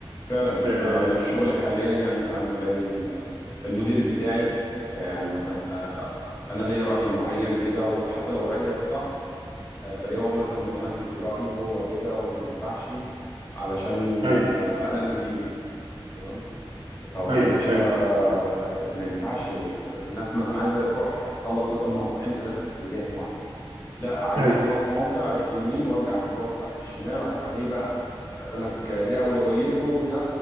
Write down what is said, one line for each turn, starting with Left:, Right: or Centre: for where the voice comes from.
Left: فعلا
Right: آه
Left: احنا انا في شغلي حاليا يعني ساعات بلاقي ال- المدير بتاعي آه، يعني مثلا آه، انا ليا رأي معين كده وحتى لو رأيي الصح آه، بلاقيه هو مثلا متمسك برأيه وهو كده وما ينفعش علشان
Right: ايوه
Left: آه، انا المدير تمام طب
Right: ايوه
Left: يا باشا
Right: ايوه
Left: آه، ما ينفعش الناس مثلا عايزة تروح تخلص مثلا موقعين ثلاثة في اتجاه معين لا عايزني
Right: ايوه
Left: اخلص موقع في اليمين وارجع اخد موقع في الشمال وك- ليه بقى يقول لك ده اولويته ده